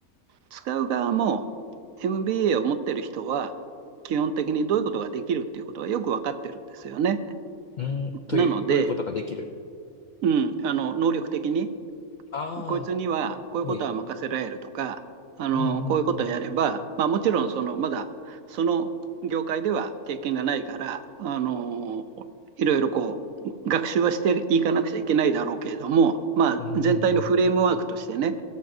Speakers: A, on the right (about 70°); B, on the left (about 85°).
A: 使う側も MBA を持ってる人は、基本的にどういうことができるっていうことがよく分かってるんですよね。
B: うん。という、
A: なので、
B: どういうことができる。
A: うん、あの能力的に
B: あ
A: こいつにはこういうことは任せられるとか、
B: あ、はい。
A: あのこういうことをやれば、
B: うんうんうん。
A: まあ、もちろんそのまだその業界では経験がないから、あのいろいろこう学習はしていかなくちゃいけないだろうけれども、まあ、
B: うんうんうん。
A: 全体のフレームワークとしてね